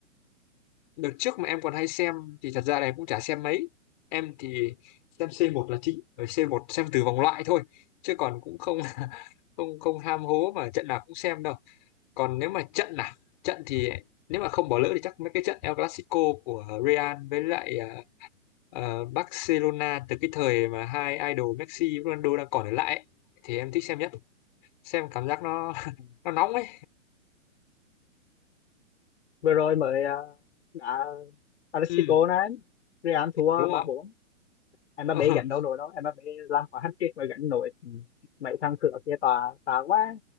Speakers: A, on the left; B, on the left.
A: Đợt trước mà em còn hay xem thì thật ra là em cũng chả xem mấy. Em thì xem c một là chính, ở c một xem từ vòng loại thôi, chứ còn cũng không <laughs> không không ham hố mà trận nào cũng xem đâu. Còn nếu mà trận nào, trận thì nếu mà không bỏ lỡ thì chắc mấy cái trận El Clasico của Real với lại ờ, ờ, Barcelona từ cái thời mà hai idol Messi, Ronaldo đang còn ở lại ấy, thì em thích xem nhất. xem cảm giác nó <laughs>
B: ừ.
A: nó nóng ấy
B: vừa rồi mới à, đã Atletico
A: ừ
B: này Real thua
A: đúng rồi
B: ba bốn Mbappé
A: <laughs> Ờ,
B: gánh đâu nổi đâu Mbappé làm quả hat-trick mà gánh nổi Ừ. mấy thằng cửa kia tà tà quá